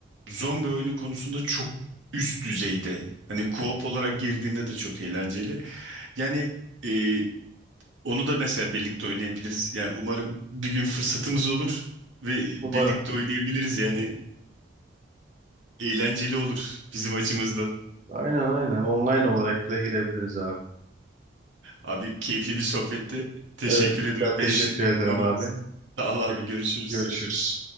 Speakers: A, on the right (about 80°); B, on the right (about 40°).
A: zombi oyunu konusunda çok üst düzeyde. Hani co-op olarak girdiğinde de çok eğlenceli. Yani e, onu da mesela birlikte oynayabiliriz. Yani umarım bir gün fırsatımız olur ve
B: Umarım.
A: birlikte oynayabiliriz. Yani eğlenceli olur bizim açımızdan.
B: Aynen aynen. Online olarak bile girebiliriz abi.
A: Abi keyifli bir sohbetti. Teşekkür
B: Evet
A: ediyorum.
B: ben teşekkür
A: Benim şimdi gitmem
B: ederim abi.
A: lazım. Sağ ol abi
B: Gö-
A: görüşürüz.
B: Görüşürüz.